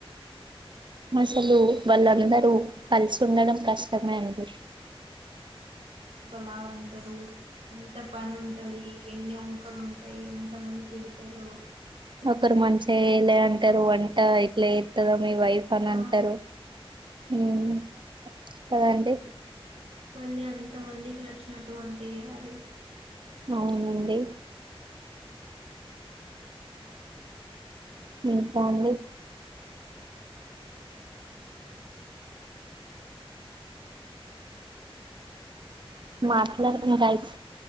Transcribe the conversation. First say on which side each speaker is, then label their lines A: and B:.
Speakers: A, on the right (about 50°); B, on the right (about 80°).
A: అసలు వాళ్ళందరూ కలిసి ఉండడం కష్టమే అండి
B: లాగా అంటారు ఎంత పని ఉంటది ఎన్ని వంకలుంటాయి ఎంత మంది తిడుతారు
A: ఒకరు మంచిగా చేయలే అంటారు వంట ఇట్లే ఎత దా మీ వైఫ్ అని
B: ఆ
A: అంటారు ఉమ్ కదా అండి
B: మళ్ళీ అంత మందికి నచ్చినట్టు వంట చేయాలి
A: అవునండి ఇంకా అండి
B: ఇంకా చెప్పాలండి
A: మాట్లాడు కుంట అయ్ ప్